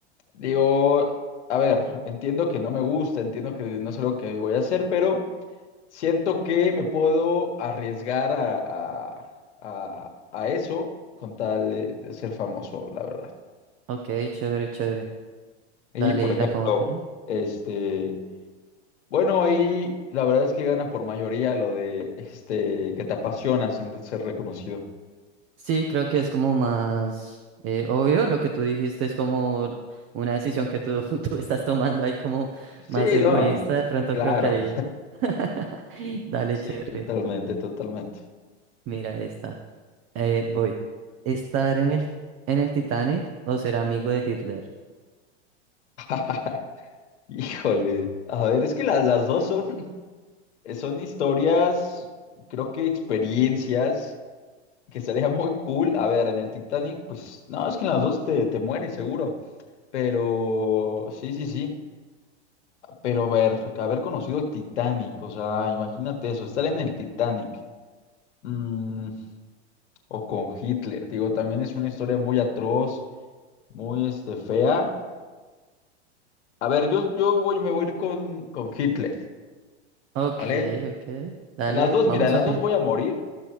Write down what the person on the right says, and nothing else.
ok, chévere, chévere.
Dale
la favorabilidad.
Sí, creo que es como más eh, obvio lo que tú dijiste, es como una decisión que tú, <laughs> tú estás tomando ahí como más
egoísta,
de pronto
creo que ahí... <laughs> Dale,
chévere.
Mira esta. Eh, voy. ¿Estar en el, en el Titanic o ser amigo de Hitler?
Ok,
ok. Dale,
vamos
a pen.